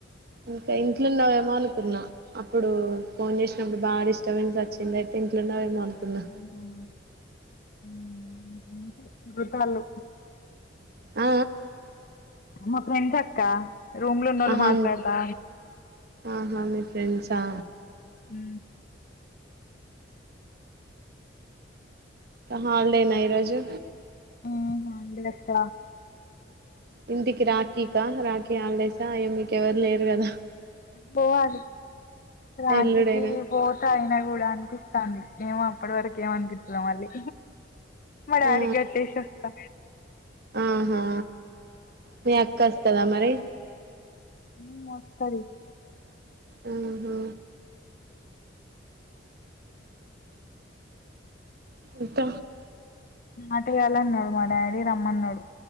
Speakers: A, on the right; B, on the left.
A: ఇంకా ఇంట్లో ఉన్నవేమో అనుకున్నా అప్పుడు ఫోన్ జేసినప్పుడు భారిష్ తవ్విట్ల వచ్చింది అయితే ఇంట్ల ఉన్నవేమో అనుకున్నా
B: ఆ ఉమ్ అంతే గుతాళ్ళు
A: ఆ
B: మా ఫ్రెండ్స్ అక్క రూమ్ లో ఉన్నోళ్ళు
A: ఆహా
B: మాట్లాడతా
A: ఆహా మీ ఫ్రెండ్సా
B: ఉ
A: హాలిడేనా ఈరోజు
B: హా హాలిడే అక్క
A: ఇంటికి రాఖీ కా రాఖీ హాలిడేస్ కా మీకెవరు లేేరుగదా
B: పోవాలి రాఖీ
A: ఎల్లుడైనా
B: కి పో అయినా కూడా అనిపిస్తాంది మేము అప్పటి వరకు ఏమనిపీత్తదో మళ్ళీ మా డాడికి
A: ఆ
B: గట్టేసి వస్తా
A: ఆహా మీ అక్క వస్తదా మరి
B: ఉమ్ వస్తది
A: ఆహా ఇంత
B: అటు యేలన్నాడు మా డాడీ రమ్మన్నాడు